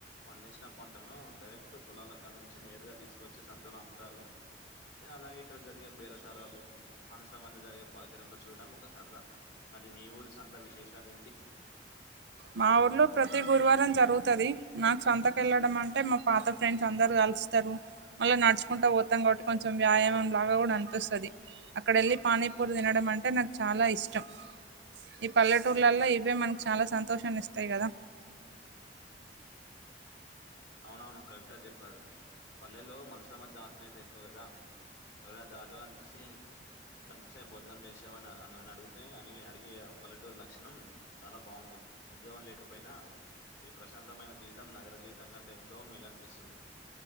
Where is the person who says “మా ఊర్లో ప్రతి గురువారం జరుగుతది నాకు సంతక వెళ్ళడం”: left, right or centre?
Right